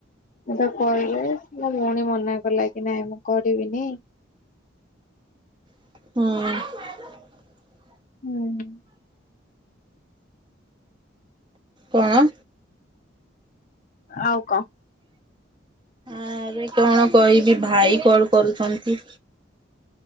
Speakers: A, on the left (about 40°); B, on the right (about 25°).
A: ମତେ କହିଲେ ମୋ ଭଉଣୀ ମନା କଲା କି ନାଇଁ ମୁଁ କରିବିନି।
B: ହୁଁ।
A: ଉଁ ହୁଁ।
B: କଣ?
A: ଆଉ କଁ?
B: ଆରେ କଣ କହିବି ଭାଇ କଲ କରୁଛନ୍ତି।